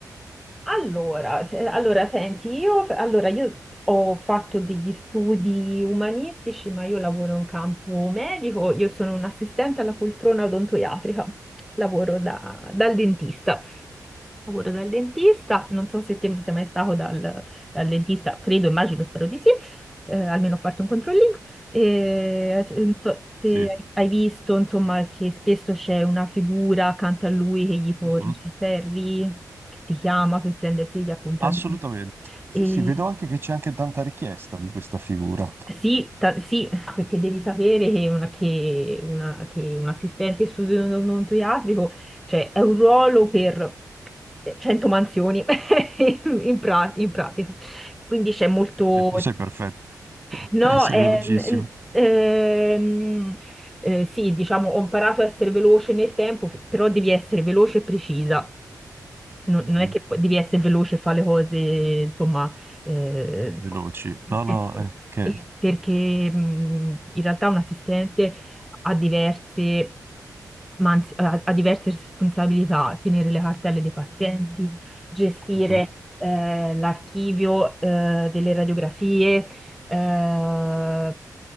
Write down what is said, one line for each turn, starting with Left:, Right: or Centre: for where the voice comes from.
Centre: Allora, se- allora, senti, io, allora, io ho fatto degli studi umanistici, ma io lavoro in campo medico, io sono un assistente alla poltrona odontoiatrica, lavoro da- dal dentista. Lavoro dal dentista, non so se te sei mai stato dal, dal dentista, credo, immagino, spero di sì, eh, almeno farti un controllino. E, eh, se se
Right: Sì,
Centre: hai hai visto, insomma, che spesso c'è una figura accanto a lui che gli porge
Right: Mhm.
Centre: i ferri, che ti chiama per prenderti gli appuntamenti.
Right: Assolutamente. Sì,
Centre: E
Right: sì, vedo anche che c'è anche tanta richiesta di questa figura.
Centre: sì, ta- sì, perché devi sapere che, una- che una- che un assistente in studio odontoiatrico, cioè, è un ruolo per 100 mansioni <laughs> in, in pra- in pratica. Quindi c'è molto...
Right: E tu sei perfetto, <laughs>
Centre: No,
Right: sei
Centre: ehm,
Right: velocissimo.
Centre: ehm, eh, sì, diciamo, ho imparato a essere veloce nel tempo, però devi essere veloce e precisa non
Right: Mhm.
Centre: non è che poi devi essere veloce e fare le cose, insomma, eh,
Right: Veloci.
Centre: co-
Right: No, no,
Centre: ecco.
Right: eh, che...
Centre: E perché mh, in realtà un assistente ha diverse, ma anzi, ha, ha diverse responsabilità, tenere le cartelle dei pazienti, gestire
Right: Mhm.
Centre: eh, l'archivio eh, delle radiografie, eh,